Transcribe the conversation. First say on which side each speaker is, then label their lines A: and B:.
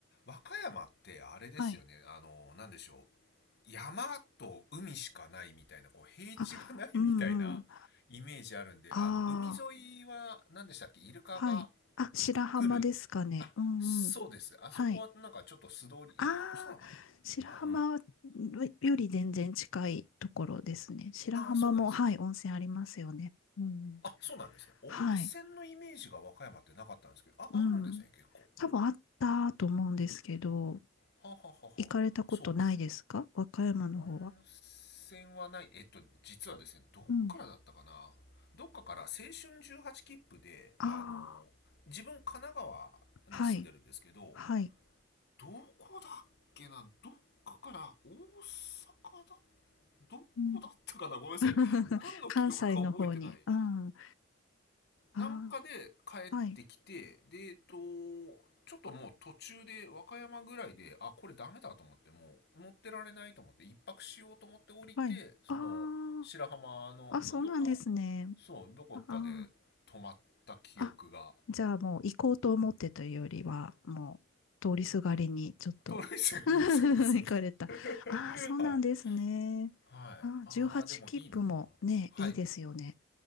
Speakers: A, on the left; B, on the left.
A: 和歌山ってあれですよね、
B: はい。
A: あの、なんでしょう。山と海しかないみたいな、こう、平地がないみたいなイメージあるんで、
B: あ、うんうん。あ
A: あの、海沿いは、何でしたっけ、イルカが
B: あ、はい。あ、白浜ですかね。
A: 来る。あ、
B: うんうん。
A: そうです。あそこはなんかちょっと素通り、
B: はい。ああ、
A: 一泊したのかな
B: 白浜
A: あ、う
B: より全然近いところですね。
A: ん。
B: 白浜も、
A: ああ、そうなんですね。
B: はい、温泉ありますよね。うん。
A: あ、そうなんですね。温泉のイメージが和歌山ってなかったんですけど、
B: はい。
A: あ、
B: うん。
A: あるんですね、結構。
B: 多分あったと思うんですけど、
A: はははははそ
B: 行かれたことないですか和歌山の方は。
A: う。温泉はない。えっと、実はですね、どっからだったかな。
B: うん。
A: どっかから青春18切符で、
B: あ
A: あの、自分神奈川に住んでるんですけど、
B: あ、はい、はい。
A: どこだっけな、どっかから大阪だ、どこだったかな、
B: うん。
A: ごめんなさい。
B: <laughs>
A: 何の記憶か覚えてない。
B: 関西の方に。うん。ああ、
A: なんかで帰ってきてでえっと
B: はい、
A: ちょっともう途中で和歌山ぐらいであこれダメだと思ってもう乗ってられないと思って一泊しようと思って降りてその白浜のどどっか
B: はい。ああ、あ、そうなんですね。
A: そうどこかで泊まった記憶が
B: ああ、あ、じゃあもう行こうと思ってというよりは、もう通りすがりにちょっと
A: 盗塁者がいいそうです
B: <laughs> 行かれた。ああ、
A: <laughs>
B: そうなんですね。
A: はいはいあーでもいいな
B: ああ、18切符もね、
A: はい
B: いいですよね。